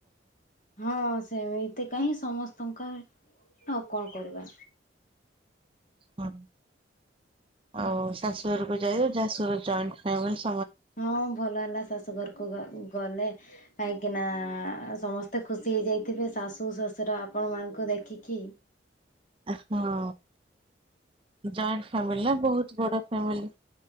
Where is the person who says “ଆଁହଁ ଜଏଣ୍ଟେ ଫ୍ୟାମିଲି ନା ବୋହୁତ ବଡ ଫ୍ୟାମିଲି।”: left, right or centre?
Right